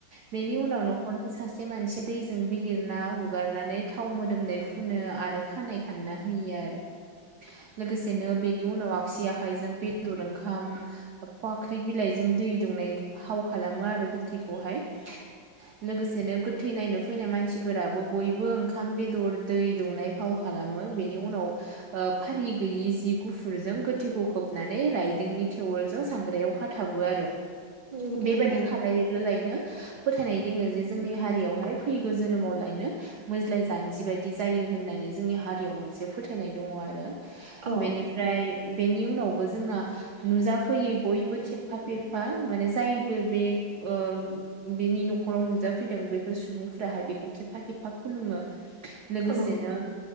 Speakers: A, on the right (about 65°); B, on the right (about 25°).
A: बेनि उनाव नखर नि सासे मानसि दैजों बिलिरना हुगारनानै थाव मोदोमनाय फुनो आरो खानाय खानना होयो आरो लोगोसेनो बेनि उनाव आगसि आखाइजों बे दर ओंखाम फाख्रि बिलाइजों दै दौनाय फाव खालामो आरो गोथैखौहाय। लोगोसेनो गोथै नायनो फैनाय मानसिफोराबो बयबो ओंखाम बेदर दै दौनाय फाव खालामो बेनि उनाव ओ फारि गैयै जि गुफुरजों गोथैखौ खोब नानै रायदोंनि थेवोलजों सांग्रायाव खाथाबो आरो
B: उम
A: बेबायदि
B: उम उम
A: खालायोब्लालायनो फोथायनाय दोङो जे जोंनि हारियावहाय फैगौ जोनोमाव लायनो मोज्लाय जानजि बायदि जायो होननानै जोंनि हारियाव मोनसे फोथायनाय दङ आरो
B: औ
A: बेनिफ्राय बेनि उनावबो जोंना नुजाफैयै बयबो खेबफा फेबफा माने जायबो बे ओ बेनि न'खराव नुजाफैदों बैफोर सुबुंफोराहाय बेखौ खेबफा खेबफा खुलुमो। लोगोसेनो
B: औ